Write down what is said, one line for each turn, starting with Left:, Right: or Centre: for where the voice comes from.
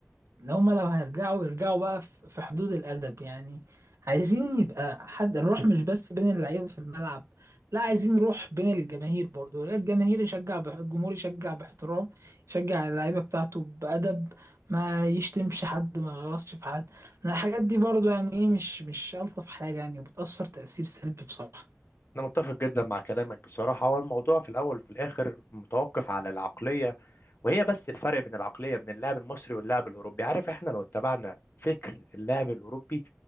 Right: ان هما لو هيرجعوا يرجعوا بقى في في حدود الادب يعني عايزين يبقى حد الروح مش بس بين اللعيبه في الملعب لا عايزين روح بين الجماهير برضو لا، الجماهير يشجع بح... الجمهور يشجع باحترام يشجع اللعيبه بتاعته بادب ما يشتمش حد ما يغلطش في حد لأن الحاجات دي برضو يعني ايه مش مش الطف حاجه يعني وبتاثر تاثير سلبي بصراحه
Left: أنا متفق جدا مع كلامك بصراحة هو الموضوع في الأول وفي الآخر متوقف على العقلية وهي بس الفرق بين العقلية بين اللاعب المصري واللاعب الأوروبي عارف إحنا لو اتبعنا فكر اللاعب الأوروبي